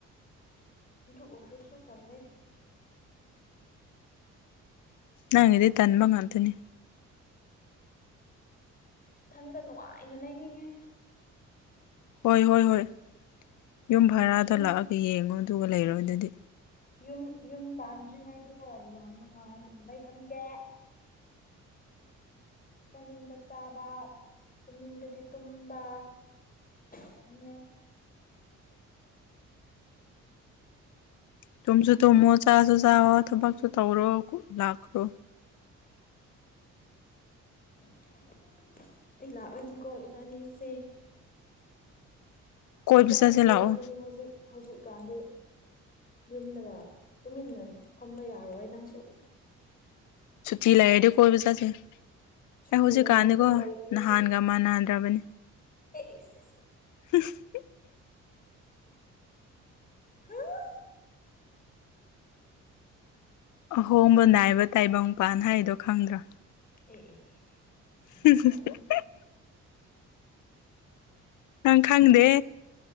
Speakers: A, on the left (about 30°); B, on the left (about 75°).
A: ꯑꯗꯨ ꯑꯣꯏꯔꯁꯨ ꯇꯜꯂꯦ
B: ꯅꯪꯒꯤꯗꯤ ꯇꯟꯕ ꯉꯥꯛꯇꯅꯤ
A: ꯏꯊꯟꯇ ꯅꯨꯡꯉꯥꯏꯅ ꯂꯩꯅꯤꯡꯉꯦ
B: ꯍꯣꯏ ꯍꯣꯏ ꯍꯣꯏ ꯌꯨꯝ ꯚꯔꯥꯗ
A: ꯌꯨꯝ
B: ꯂꯥꯛꯑꯒ ꯌꯦꯡꯉꯣ ꯑꯗꯨꯒ ꯂꯩꯔꯣ ꯑꯗꯨꯗꯤ
A: ꯌꯨꯝ ꯌꯨꯝ ꯄꯥꯟꯗ꯭ꯔꯤꯉꯩꯗꯀꯣ ꯌꯥꯝ ꯅꯨꯡꯉꯥꯏ ꯂꯩꯍꯟꯒꯦ ꯆꯥꯅꯤꯡꯕ ꯆꯥꯕ ꯇꯨꯝꯅꯤꯡꯕꯗꯤ ꯇꯨꯝꯕ ꯆꯪꯅꯤꯡꯉꯦ
B: ꯇꯨꯝꯁꯨ ꯇꯨꯝꯃꯣ ꯆꯥꯁꯨ ꯆꯥꯑꯣ ꯊꯕꯛꯁꯨ ꯇꯧꯔꯣ ꯂꯥꯛꯈ꯭ꯔꯣ
A: <inaudible> ꯑꯩ ꯂꯥꯛꯂꯗꯤꯀꯣ ꯏꯕꯥꯅꯤꯁꯦ
B: <inaudible>
A: ꯐꯖꯅ
B: ꯆꯠꯁꯦ
A: ꯀꯣꯏꯒꯅꯤ
B: ꯂꯥꯛꯑꯣ
A: ꯍꯧꯖꯤꯛ ꯍꯧꯖꯤꯛꯀꯥꯟꯗꯤ ꯌꯨꯝꯗꯒ ꯇꯨꯃꯤꯟꯅ ꯐꯝꯕ ꯌꯥꯔꯔꯣꯏ ꯅꯪꯁꯨ
B: ꯁꯨꯇꯤ ꯂꯩꯥꯔꯗꯤ ꯀꯣꯏꯕ ꯆꯠ ꯆꯠꯁ
A: ꯁꯨꯇꯤ
B: ꯑꯩ ꯍꯧꯖꯤꯛꯀꯥꯟꯗꯤꯀꯣ
A: ꯂꯩꯔꯁꯨ ꯂꯩꯇ꯭ꯔꯁꯨ
B: ꯅꯍꯥꯟꯒ ꯃꯥꯟꯅꯗ꯭ꯔꯕꯅꯤ
A: ꯑꯦ ꯏꯁ
B: <inaudible>
A: <inaudible>
B: ꯑꯍꯣꯡꯕ ꯅꯥꯏꯕ ꯇꯥꯏꯕꯪꯄꯥꯟ ꯍꯥꯏꯗꯣ ꯈꯪꯗ꯭ꯔꯥ
A: ꯑꯦ ꯑꯦ ꯑꯦ
B: ꯍꯝꯍꯝꯍꯝ
A: ꯅꯣꯛꯅꯤꯡꯉꯦ
B: ꯅꯪ ꯈꯪꯗꯦ